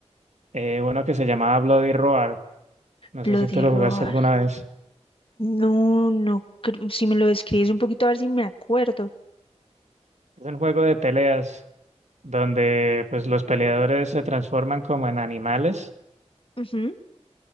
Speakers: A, on the right (about 75°); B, on the left (about 50°).
A: eh, uno que se llamaba Bloody Roar. No
B: Bloody
A: sé si tú lo
B: Roar.
A: jugaste alguna vez.
B: No, no, cre- si me lo describes un poquito a ver si me acuerdo.
A: Es un juego de peleas donde pues los peleadores se transforman como en animales
B: Ujú.